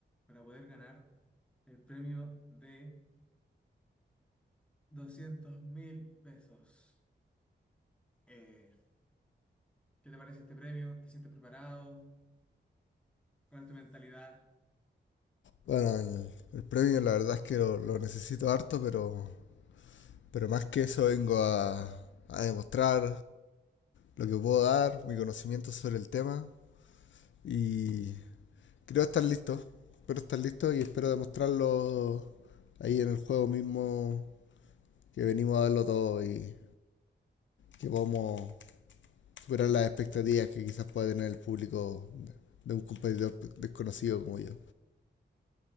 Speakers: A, in the centre; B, on the left.
A: para poder ganar el premio de doscientos mil pesos. Eh, ¿qué te parece este premio? ¿Te sientes preparado? ¿Cuál es tu mentalidad?
B: Bueno, el, el premio la verdad es que lo, lo necesito harto, pero, pero más que eso vengo a, a demostrar lo que puedo dar, mi conocimiento sobre el tema y Creo estar listo. Espero estar listo y espero demostrarlo ahí en el juego mismo que venimos a darlo todo y que podamos superar las expectativas que quizás pueda tener el público de un competidor desconocido como yo.